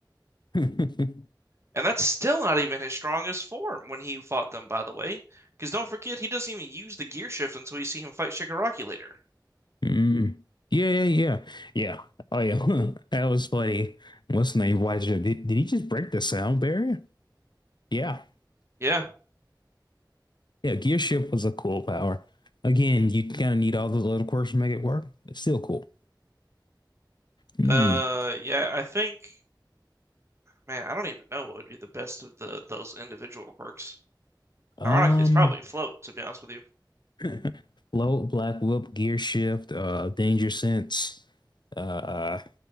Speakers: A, on the left (about 70°); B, on the right (about 35°).
A: <laughs> so, mm,
B: And that's still not even his strongest form when he fought them, by the way. Because don't forget, he doesn't even use the gear shift until you see him fight Shigaraki later.
A: yeah, yeah, yeah, yeah. Oh yeah, <laughs> that was funny. What's the name? Why did, did he just break the sound barrier? Yeah,
B: Yeah.
A: yeah. Gear shift was a cool power. Again, you kind of need all those little quirks to make it work. It's still cool. Hmm.
B: Uh, yeah, I think, man, I don't even know what would be the best of the those individual quirks.
A: Um,
B: Ironically, it's probably float, to be honest with you.
A: <laughs> float, black whip, gear shift, uh, danger sense. Uh,